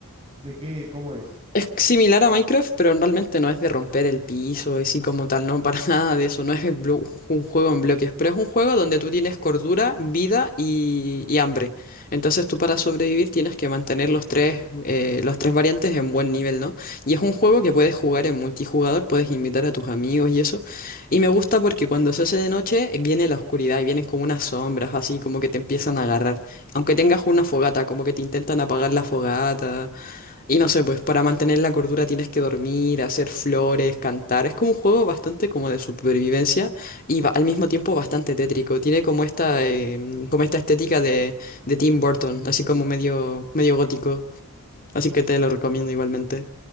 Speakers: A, on the right; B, on the left.
A: ¿de qué? ¿Cómo es?
B: Es similar a Minecraft, pero realmente no es de romper el piso, es así como tal, no, para <laughs> nada de eso, no es en blo- un juego en bloques, pero es un juego donde tú tienes cordura, vida y, y hambre. Entonces tú para sobrevivir tienes que mantener los tres, eh, los tres variantes en buen nivel, ¿no? Y es un juego que puedes jugar en multijugador, puedes invitar a tus amigos y eso. Y me gusta porque cuando se hace de noche eh, viene la oscuridad y vienen como unas sombras, así como que te empiezan a agarrar. Aunque tengas una fogata, como que te intentan apagar la fogata. Y no sé, pues para mantener la cordura tienes que dormir, hacer flores, cantar. Es como un juego bastante como de supervivencia y ba- al mismo tiempo bastante tétrico. Tiene como esta, em, como esta estética de, de Tim Burton, así como medio, medio gótico. Así que te lo recomiendo igualmente.